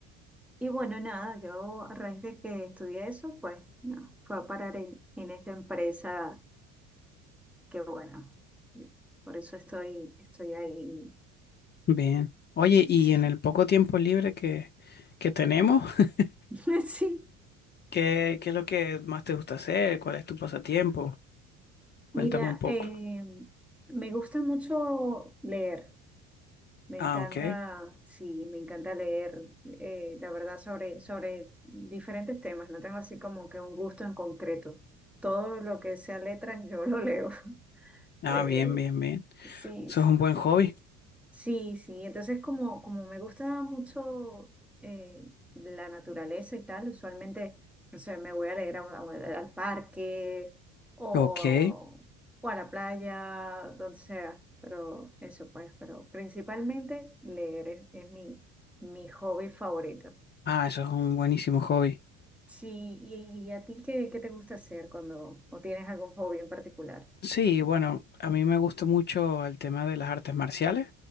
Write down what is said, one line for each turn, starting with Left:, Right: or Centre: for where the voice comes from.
Centre: y bueno, nada, yo a raíz de que estudié eso, pues, no, fue a parar en, en esta empresa que, bueno, por eso estoy, estoy ahí.
Left: Bien. Oye, y
Centre: Sí,
Left: en el poco tiempo libre que, que tenemos, <laughs>
Centre: <laughs> sí.
Left: ¿qué, qué es lo que más te gusta hacer? ¿Cuál es tu pasatiempo? Cuéntame
Centre: Mira,
Left: un poco.
Centre: eh, me gusta mucho leer, me
Left: Ah,
Centre: encanta,
Left: ok.
Centre: sí, me encanta leer, eh, la verdad, sobre, sobre diferentes temas, no tengo así como que un gusto en concreto. Todo lo que sea letras, yo lo leo. <laughs>
Left: Ah,
Centre: Eh,
Left: bien, bien, bien.
Centre: sí,
Left: Eso es un buen hobby.
Centre: Sí, sí, entonces como, como me gusta mucho eh, la naturaleza y tal, usualmente, no sé, me voy a leer a- a- al parque o,
Left: Ok.
Centre: o a la playa, donde sea, pero eso pues, pero principalmente leer es, es mi, mi hobby favorito.
Left: Ah, eso es un buenísimo hobby.
Centre: Sí, y, y a ti qué, qué te gusta hacer cuando, o tienes algún hobby en particular?
Left: Sí, bueno, a mí me gusta mucho el tema de las artes marciales.